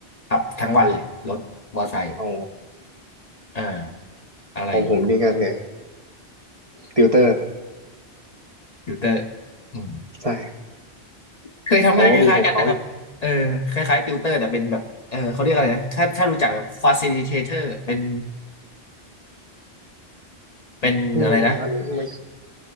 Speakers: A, on the left; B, on the right.
A: ขับทั้งวันเลยรถมอเตอร์ไซค์
B: อ๋อ
A: เอออะไรอย่างงี้
B: ของผมนี่ก็เนี่ยติวเตอร์
A: ฟิลเตอร์อืม
B: ใช่
A: เคยทำงานคล้ายๆกันนะครับเออคล้ายๆติวเตอร์แต่เป็นแบบเออเขาเรียกอะไรนะถ้าถ้ารู้จัก
B: เขาก็มีของเขาอยู่
A: facilitator เป็นเป็นอะไรนะ
B: อืมมันไม่